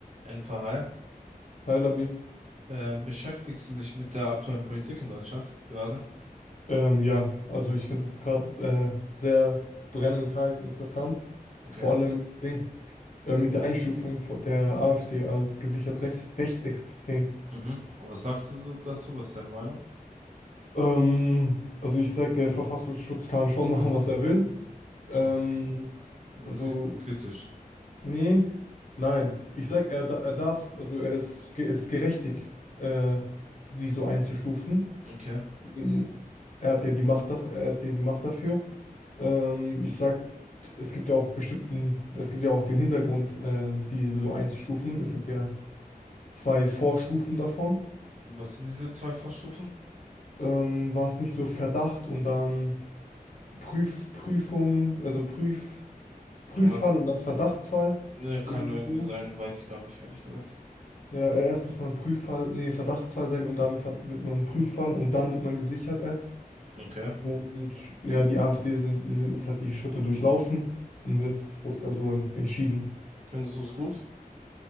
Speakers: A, on the right; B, on the left.
A: NVH.
B: Hi Labi.
A: Ähm, beschäftigst du dich mit der aktuellen Politik in Deutschland gerade?
B: Ähm, ja, also ich finde es gerade äh, sehr brennend heiß interessant.
A: Okay.
B: Vor allem mit, Ding, äh, mit der Einstufung von der AfD als gesichert rechts, rechtsextrem.
A: Mhm. Aber was sagst du so dazu? Was ist deine Meinung?
B: Ähm, also ich sage, der Verfassungsschutz kann schon <laughs> machen, was er will. Ähm,
A: Ja. Also
B: also,
A: siehst du es kritisch.
B: nee, nein. Ich sage, er, da- er darf, also er ist, ge- ist gerechtigt, äh, sie so einzustufen.
A: Okay.
B: Ähm, Er hat ja die Macht, daf- er hat ja die Macht dafür. Ähm, ich sag, es gibt ja auch bestimmten, es gibt ja auch den Hintergrund, äh, sie so einzustufen. Es gibt ja zwei Vorstufen davon.
A: Was sind diese zwei Vorstufen?
B: Ähm, war es nicht so Verdacht und dann Prüf, Prüfung, also Prüf, Prüffall
A: Ja,
B: und dann Verdachtsfall?
A: ne, kann
B: Irgendwie
A: irgendwie
B: so.
A: sein, weiß ich gar nicht, ehrlich gesagt.
B: Ja, erst muss man Prüffall, nee, Verdachtsfall sein und dann ver- wird man Prüffall und dann wird man gesichert erst.
A: Okay.
B: Und ja, die AfD sind, die sind- ist halt die Schritte durchlaufen und jetzt wurde es ja so en- entschieden.
A: Findest du es gut?